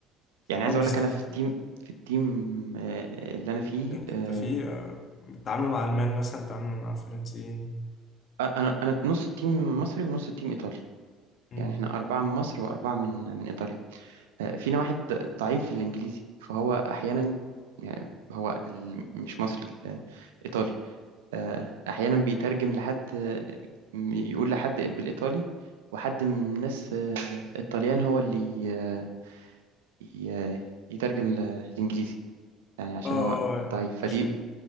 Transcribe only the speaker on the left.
اه بالظبط
كده
انت
انت في آه، بتتعاملوا مع المان مثلا بتتعاملوا مع الفرنسيين
مم.
اه آه،
عشان